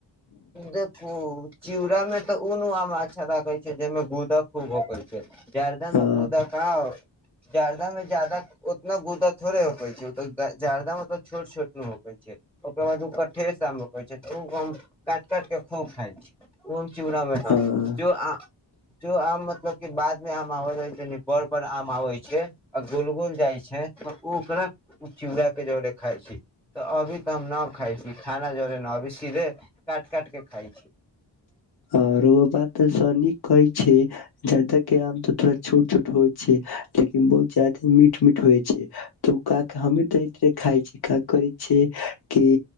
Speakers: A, in the centre; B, on the left.
A: देखू चूड़ा में तऽ ऊ नु आम छौरा कहै छै जेमे गुदा जर्दा मे
B: अ
A: कूदा कहाँ जार्दामें जदा ने गुदा त थोड़े होै छै ओ जारदा मतलब छोट छोट न मकै छै ओकर बाद ओका ठेस आम कहै छै तू गम काटि काटके खूब खाइ छी ओम जुड़ा मैना
B: अ
A: जो जो आम मतलब के बाद मे आम आबल जाइ छैनि बड़ बड़ आम आबइ छै गोल गोल जाइ छै तऽ ओ ओकरा चुड़ा के जोरे खाइ छी तऽ अभी तऽ हम न खाइ छी खाना जोरे न अभी सीधे काट काट के खाइ छी
B: आओर ओ बात त नीक कहै छै जर्दा के आम तऽ थोड़ा छोट छोट होइ छै लेकिन बहुत ज्यादे मीठ मीठ होइ छै तऽ ओ क के हमी तऽ इतरे खााय छियै क करै छै कि